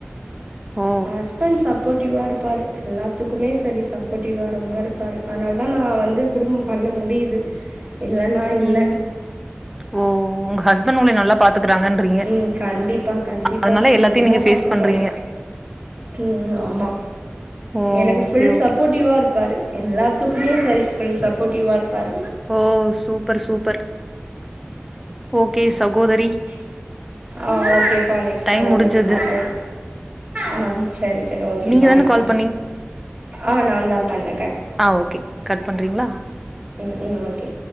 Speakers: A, in the centre; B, on the right (about 25°).
A: ஓ
B: ஹஸ்பண்ட் சப்போ சப்போர்ட்டி்வா இருப்பாரு எல்லாத்துக்குமே சரி சப்போர்ட்டிவா ரொம்ப இருப்பாரு அதனாலதா நான் வந்து குடும்ப பண்ண முடியுது இல்லன்னா இல்ல
A: ம் ஓ உங்க ஹஸ்பண்ட் உங்கள நல்லா பாத்துக்கறாங்கன்றீங்க
B: உம் கண்டிப்பா கண்டிப்பா
A: அதனால எல்லாத்தையு
B: நல்லா
A: நீங்க ஃபேஸ்
B: பாத்துப்பாரு
A: பண்றீங்க
B: ம் ஆமா
A: ஓ
B: எனக்கு
A: ஓகே
B: ஃபுல் சப்போர்ட்டிவா
A: ஓகே
B: இருப்பாரு எல்லாத்துக்குமே சரி ஃபுல் சப்போர்ட்டிவா இருப்பார்
A: ஓ சூப்பர் சூப்பர் ஓகே சகோதரி
B: ஆஹ் ஓகே ப்பா நெக்ஸ்ட்
A: டைம்
B: காலர்
A: முடிஞ்சது
B: வந்து பாக்கலா ஆ சரி சரி ஓகே
A: நீங்க
B: பாய்பா
A: தான கால்
B: அ நாந்தா பண்ண
A: அ ஓகே கட் பண்றீங்ளா
B: ன் ஓகே